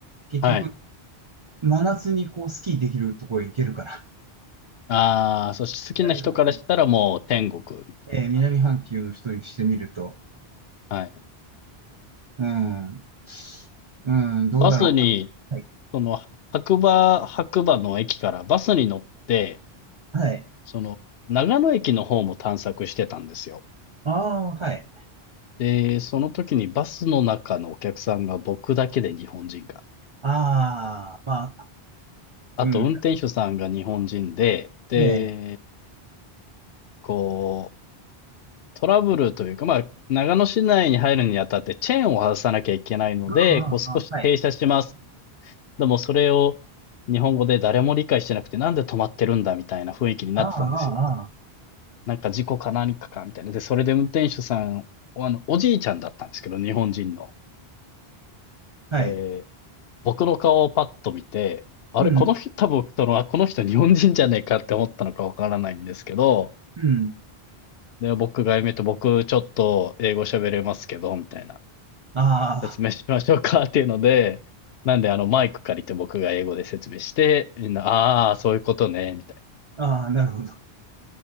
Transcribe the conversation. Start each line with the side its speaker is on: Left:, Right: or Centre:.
Right: 結局、
Left: かはい。
Right: 真夏にこう、スキーできるとこへ行けるから。
Left: ああ、そして好きな人からしたらもう天国みたい
Right: 南半球。ええ南半球の人にしてみると、
Left: な。はい。
Right: うん、うん、どうだろう。
Left: バスに、
Right: はい。
Left: その、白馬、白馬の駅からバスに乗って、
Right: はい。
Left: その、長野駅の方も探索してたんですよ。
Right: ああ、はい。
Left: で、その時にバスの中のお客さんが僕だけで日本人が。
Right: ああ、まあ、
Left: あと、
Right: うん。
Left: 運転手さんが日本人で、で、
Right: ねえ。
Left: こう、トラブルというか、まあ、長野市内に入るにあたってチェーンを外さなきゃいけないので、
Right: ああ、
Left: こう少し停車します。
Right: ああ、はい。
Left: でもそれを日本語で誰も理解してなくて、なんで止まってるんだみたいな雰囲気になってたんですよ。
Right: ああ、ああ、あ
Left: なんか事故か何かかみたいな。で、それで運転手さん、あの、おじいちゃんだったんですけど、日本人の。
Right: あはい。
Left: で、僕の顔をパッと見て、あれ、
Right: うん、
Left: この人、多分、その、あこの人日本人じゃねえかって思ったのかわからないんですけど、
Right: うん。
Left: で、僕が嫁と僕ちょっと英語喋れますけど、みたいな。
Right: あ
Left: 説明しましょうかっていうので、なんであのマイク借りて僕が英語で説明して、みんな、ああ、そういうことね、みたいな。
Right: あ、ああはいうんうんああああなるほど。